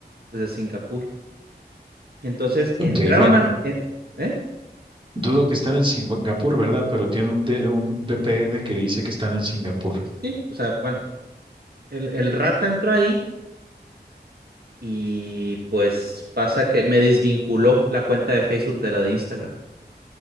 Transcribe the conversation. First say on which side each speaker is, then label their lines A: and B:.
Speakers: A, on the right; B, on the right.
A: desde Singapur. Entonces
B: Ok,
A: entraron
B: bueno,
A: a... en- ¿Eh?
B: Dudo que están en Singapur, ¿verdad? Pero tiene un, D- un VPN que dice que están en Singapur.
A: Sí, o sea, bueno, el, el rata entró ahí y pues pasa que me desvinculó la cuenta de Facebook de la de Instagram.